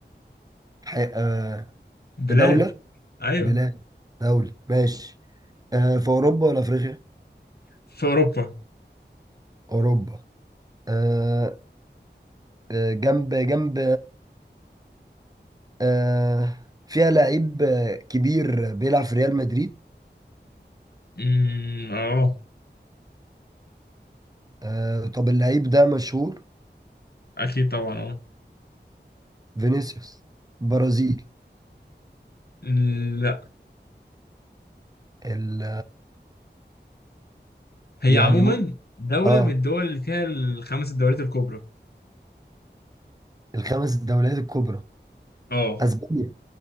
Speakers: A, on the right (about 20°); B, on the left (about 60°).
A: حي... آه
B: بلاد
A: دولة
B: ايوه
A: بلاد دولة ماشي آه، في اوروبا ولا افريقيا
B: في اوروبا
A: اوروبا آه، آه، جنب جنب آه، فيها لعيب آه، كبير بيلعب في ريال مدريد
B: امم اه
A: آه، طب اللعيب ده مشهور
B: اكيد طبعا اه
A: فينيسيوس برازيل
B: لا
A: ال-
B: هي
A: يعني
B: عموما
A: ممكن
B: دولة
A: اه
B: من الدول اللي فيها الخمس الدوريات الكبرى
A: الخمس الدوريات الكبرى
B: اه
A: اسبانيا